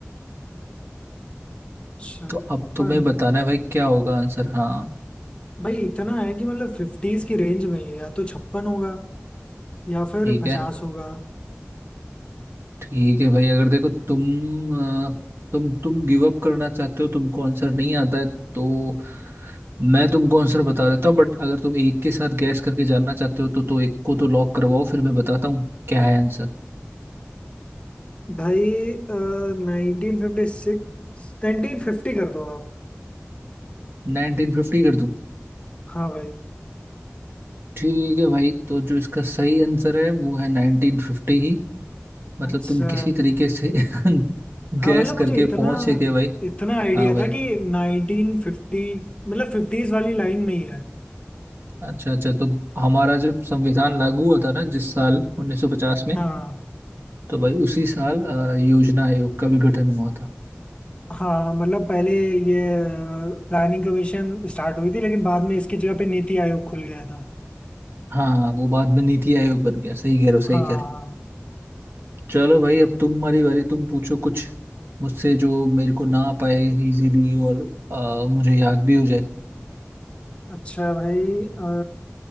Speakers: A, on the left (about 25°); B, on the right (about 55°).
A: छप्पन
B: तो अब तुम्हें बताना है भाई क्या होगा आंसर हाँ
A: भाई इतना है कि मतलब फिफ्टीज की रेंज में ही है या तो छप्पन होगा या फिर
B: ठीक
A: पचास
B: है
A: होगा
B: ठीक है भाई अगर देखो तुम अ, तुम तुम गिव अप करना चाहते हो तुमको आंसर नहीं आता है तो मैं तुमको आंसर बता देता हूँ बट अगर तुम एक के साथ गैस करके जानना चाहते हो तो तो एक को तो लॉक करवाओ फिर मैं बताता हूँ क्या है आंसर
A: भाई नाइनटीन फिफ्टी सिक्स नाइनटीन फिफ्टी कर दो आप
B: 1950 कर दूं
A: हाँ भाई
B: ठीक है भाई तो जो इसका सही आंसर है वो है 1950 ही मतलब
A: अच्छा
B: तुम किसी तरीके से <laughs> गैस
A: हाँ मतलब मुझे
B: करके
A: इतना
B: पहुंचे गए भाई
A: इतना आइडिया
B: हाँ भाई
A: था कि नाइनटीन फिफ्टी मतलब फिफ्टीज वाली लाइन में ही है
B: अच्छा अच्छा तो हमारा जब संविधान लागू हुआ था ना जिस साल 1950 में
A: हाँ
B: तो भाई उसी साल अ, योजना आयोग का भी गठन हुआ था
A: हाँ मतलब पहले ये प्लानिंग कमीशन स्टार्ट हुई थी लेकिन बाद में इसकी जगह पे नीति आयोग खुल गया था
B: हाँ वो बाद में नीति आयोग बन गया सही कह रहे हो सही
A: हाँ
B: कह रहे हो चलो भाई अब तुम्हारी बारी तुम पूछो कुछ मुझसे जो मेरे को ना पाए इजीली और अ, मुझे याद भी हो जाए
A: अच्छा भाई अ,